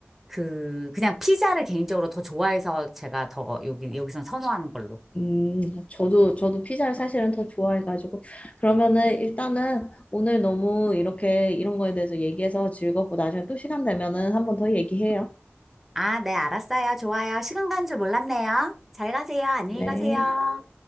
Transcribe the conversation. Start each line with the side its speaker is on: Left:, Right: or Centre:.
Centre: 그 그냥 피자를 개인적으로 더 좋아해서 제가 더 여기 여기선 선호하는 걸로.
Left: 음, 저도, 저도 피자를 사실은 더 좋아해가지고. 그러면은 일단은 오늘 너무 이렇게 이런 거에 대해서 얘기해서 즐겁고 나중에 또 시간 되면은 한 번 더 얘기해요.
Centre: 아, 네, 알았어요. 좋아요. 시간 간 줄 몰랐네요. 잘 가세요. 안녕히
Left: 네.
Centre: 가세요.